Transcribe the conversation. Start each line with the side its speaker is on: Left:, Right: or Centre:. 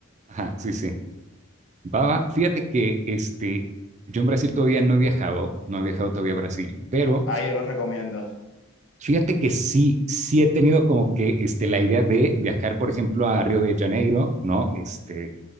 Right: ajá, sí, sí. Va, va. Fíjate que este, yo en Brasil todavía no he viajado, no he viajado todavía a Brasil, pero
Left: Ahí yo lo recomiendo.
Right: Fíjate que sí, sí he tenido como que este, la idea de viajar, por ejemplo, a Río de Janeiro, ¿no? Este,